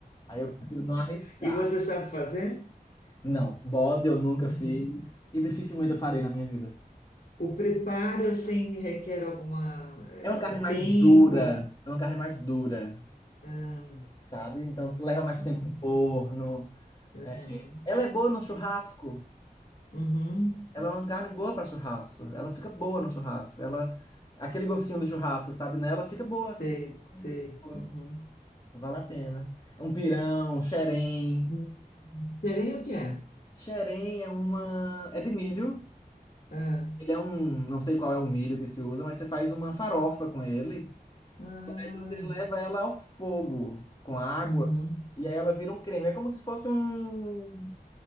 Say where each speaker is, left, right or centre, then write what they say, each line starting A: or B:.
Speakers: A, on the left; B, on the left.
A: Aí eu prefiro não arriscar.
B: E você sabe fazer?
A: Não, bode eu nunca
B: Uhum.
A: fiz e dificilmente eu farei na minha vida.
B: O preparo, assim, requer alguma... eh,
A: É uma carne
B: o
A: mais
B: tempo...
A: dura, é uma carne mais dura,
B: ah,
A: sabe? Então leva mais
B: Uhum.
A: tempo no forno.
B: Uhum,
A: É, Ela é boa no churrasco.
B: uhum,
A: Ela é uma carne boa para churrasco. Ela fica boa no churrasco. Ela, aquele gostinho do churrasco, sabe? Nela fica boa.
B: sei,
A: Fica
B: sei,
A: boa.
B: uhum.
A: Vale a pena. Um pirão, um xerém.
B: Hum, Farinha o que é?
A: Xerém é uma. É de milho.
B: Ah,
A: Ele é um. Não sei qual é o milho que se usa, mas você faz uma farofa com ele.
B: ah,
A: Aí você leva ela ao fogo com água.
B: uhum.
A: E aí ela vira um creme. É como se fosse um.